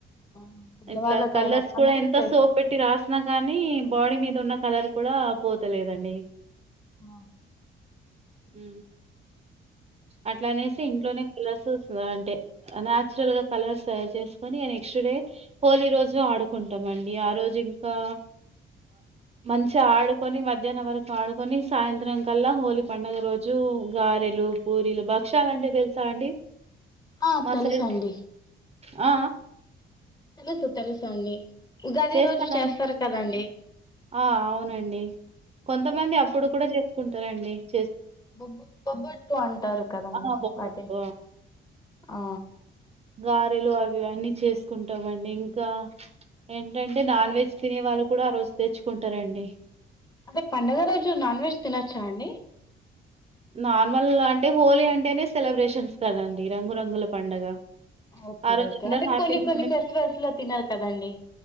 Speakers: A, on the left (about 20°); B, on the right (about 30°).
A: ఆ పెద్దవాళ్ళకైనా
B: ఇట్లా కలర్స్
A: కానీ
B: కూడా ఎంత
A: ప్లస్
B: సో పెట్టి రాసిన కానీ మీద ఉన్న కలర్ కూడా పోతలేదండి
A: ఆ
B: ఉ అట్లా అనేసి ఇంట్లోనే కలర్స్ అంటే నాయాచురల్ గా కలర్స్ తయారు చేసుకొని, అ నెక్స్ట్ డే హోలీ రోజు ఆడుకుంటామండి, ఆ రోజు ఇంకా మంచిగా అ ఆడుకొని మధ్యాహ్నం వరకు ఆడుకొని, సాయంత్రం కల్లా హోలీ పండుగ రోజు గారెలు పూరీలు భక్షాల అంటే పెలుతా అండి
A: ఆ
B: మా
A: తెలుసండి
B: సైడ్ ఆ
A: తెలుసు తెలుసు అండి ఉగాది
B: చేస్తానండి
A: రోజు చేస్తారు కదండి
B: ఆ అవునండి కొంతమంది అప్పుడు కూడా చేస్ కుంటారండి చే
A: బొబ్బ బొబ్బట్లు అంటారు కదండి
B: ఆ బొబ్బట్లు,
A: వాటిని ఆ
B: గారెలు అవి అన్నీ చేసుకుంటామ అండి, ఇంకా ఏంటంటే నాన్ వెజ్ తినే వాళ్ళు కూడా ఆ రోజు తెచ్చుకుంటారండి
A: అదే పండుగ రోజు నాన్ వెజ్ తినచ్చా అండి
B: నార్మల్ అంటే హోలీ అంటేనే సెలబ్రేషన్స్ కదండి రంగురంగుల పండగ
A: ఓకే
B: ఆ రోజు
A: ఓకే
B: అందరూ
A: అంటే
B: హ్యాపీగున్న
A: కొన్ని కొన్ని ఫెస్టివల్స్ లో తినరూ కదండి